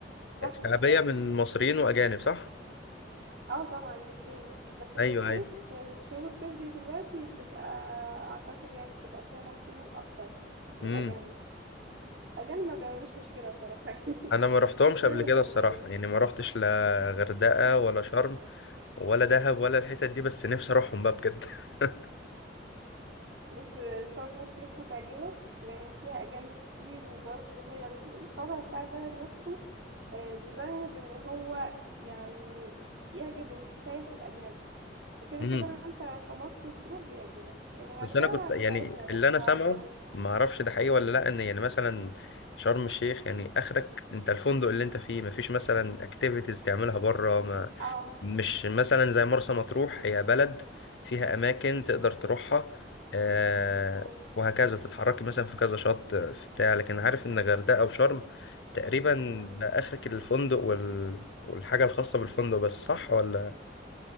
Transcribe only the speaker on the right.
زحمه
شويه
اه طبعا الاتنين بس
في الصيف
في شهور الصيف دي دلوقتي بتبقى اعتقد يعني بتبقى فيها مصريين اكتر من
الاجانب الاجانب ما بيعملوش مشكله بصراحه <laughs> يعني
المشكله
من
المصريين
بص شرم الشيخ هتعجبك لان فيها اجانب كتير وبرضه هي الطابع بتاع البلد نفسه ديزايند ان هو يعني يعجب السائح الاجنبي فكده
كده انت كمصري بتروح بيعجبك الغردقه
بتاعتنا بقى
صعيدة
و...
اه
مم.
مم.